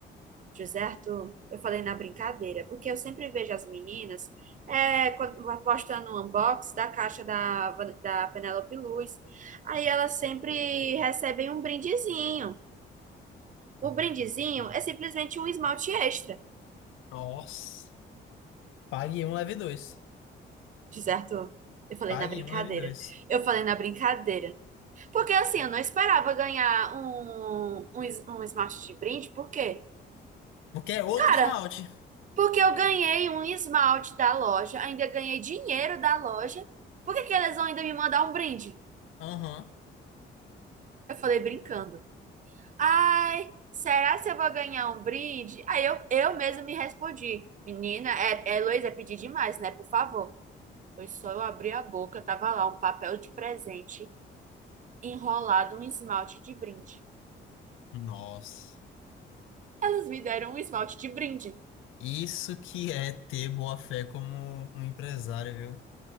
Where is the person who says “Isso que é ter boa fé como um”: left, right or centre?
Left